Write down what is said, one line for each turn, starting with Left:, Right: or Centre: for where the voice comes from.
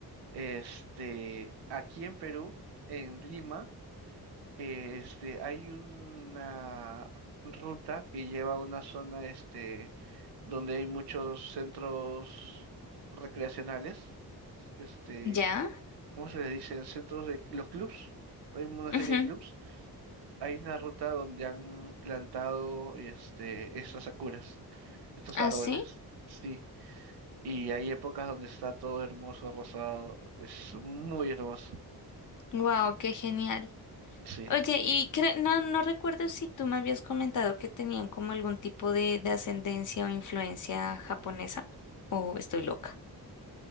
Right: este, aquí en Perú, en Lima, eh, este, hay una ruta que lleva a una zona, este, donde hay muchos centros recreacionales, este,
Left: ¿ya?
Right: ¿cómo se le dicen? Centros de los clubs, hay una
Left: Ujú,
Right: serie de clubs. Hay una ruta donde han plantado, este, estas sakuras, estos
Left: Así.
Right: árboles, sí. Y hay épocas donde está todo hermoso, rosado. Es muy hermoso.
Left: Wow, qué genial.
Right: Sí.
Left: Oye, y cre- no, no recuerdo si tú me habías comentado que tenían como algún tipo de, de ascendencia o influencia japonesa, o estoy loca,